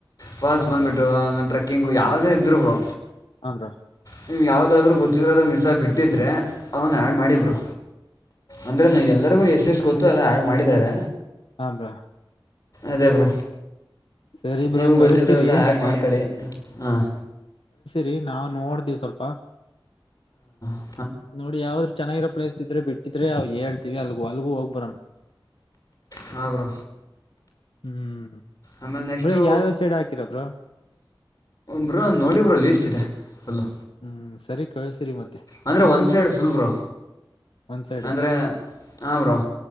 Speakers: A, on the left; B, on the left.
A: ಫಾಲ್ಸ್
B: ಹಾ
A: ಬಂದ್ಬಿಟ್ಟು
B: ಬ್ರೋ
A: ಆಮೇಲೆ ಟ್ರೆಕ್ಕಿಂಗು ಯಾವುದೇ ಇದರು ಬ್ರೋ
B: ಹ ಬ್ರೋ
A: ನಿಮ್ಗೆ ಯಾವುದಾದ್ರು ಗೊತ್ತಿದರೋದು ಮಿಸ್ಸಾಗಿ ಬಿಟ್ಟಿದ್ರರೆ ಅದನ್ನು ಆ್ಯಡ್ ಮಾಡಿ ಬ್ರೋ ಅಂದ್ರೆ
B: ಹ್ಮ್
A: ಎಲ್ಲರಿಗೂ ಎಷ್ಟ್ ಎಷ್ಟ್ ಗೊತ್ತು ಎಲ್ಲ ಆಡ್ ಮಾಡಿದ್ದಾರೆ
B: ಹಾ ಬ್ರೋ
A: ಅದೇ ಬ್ರೋ
B: ಸರಿ
A: ನೀವು
B: ಬ್ರೋ
A: ಗೊತ್ತಿದ್ದವೆಲ್ಲ
B: ಕಳ್ಸಿರಿ
A: ಆ್ಯಡ್ ಮಾಡ್ಕೊಳ್ಳಿ ಹಾಂ
B: ರಿ ನಾವು ನೋಡ್ದ ಸ್ವಲ್ಪ
A: ಹ
B: ನೋಡಿ ಯಾವಾದ್ರು ಚೆನ್ನಾಗಿರೋ ಪ್ಲೇಸ್ ಇದ್ರೆ ಬಿಟ್ಟಿದ್ರೆ ಹೇಳ್ತೀವಿ ಅಲ್ಗ ಅಲ್ಗೂ ಹೋಗ್ ಬರೋಣ
A: ಹ ಬ್ರೋ
B: ಹ್ಮ್
A: ಆಮೇಲೆ ನೆಕ್ಸ್ಟು
B: ಬ್ರೋ ಯಾವ್ಯಾವ ಸೈಡ್ ಹಾಕಿಲ್ಲ ಬ್ರೋ
A: ಬ್ರೋ ನೋಡಿ ಬ್ರೋ ಲೀಸ್ಟ್ ಇದೆ ಫುಲ್ಲು
B: ಹ್ಮ್ ಸರಿ ಕಳ್ಸಿರಿ ಮತ್ತೆ
A: ಅಂದ್ರೆ ಒಂದ್ ಸೈಡ್ ಫುಲ್ ಬ್ರೋ
B: ಒಂದ್ ಸೈಡ್
A: ಅಂದರೆ ಹ ಬ್ರೋ